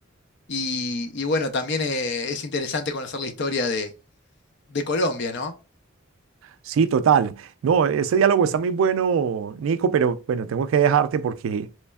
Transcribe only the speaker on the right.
sí, total. No, este diálogo está muy bueno, Nico, pero bueno, tengo que dejarte porque